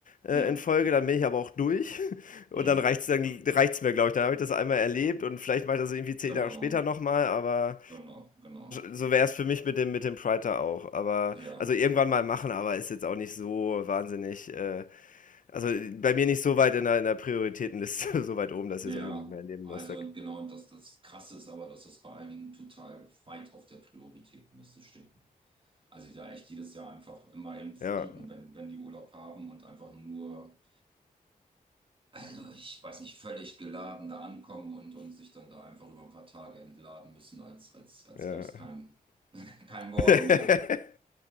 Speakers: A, on the left (about 60°); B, on the right (about 35°).
A: äh,
B: Ja.
A: in Folge, dann bin ich aber auch durch <laughs> und
B: Mhm.
A: dann reicht's dann reicht's mir, glaube ich. Dann habe ich das einmal erlebt und vielleicht mache ich das irgendwie zehn
B: Genau.
A: Jahre später nochmal, aber
B: Genau. Genau.
A: so wäre es für mich mit dem mit dem Pride da auch. Aber
B: Ja.
A: also irgendwann mal machen, aber ist jetzt auch nicht so wahnsinnig äh, also bei mir nicht so weit in der, in der Prioritätenliste, <laughs> so weit oben, dass
B: Ja.
A: ich es unbedingt mehr erleben
B: Also
A: muss. Da,
B: genau, dass das Krasse ist aber, dass das bei einigen total weit auf der Prioritätenliste steht. ne? Also die da echt jedes Jahr einfach immer hinfliegen,
A: ja,
B: wenn, wenn die Urlaub haben und einfach nur, also ich weiß nicht, völlig geladen da ankommen und, und sich dann da einfach über ein paar Tage entladen müssen, als, als, als
A: ja.
B: gäbe es keinen <laughs> kein Morgen
A: <laughs>
B: mehr.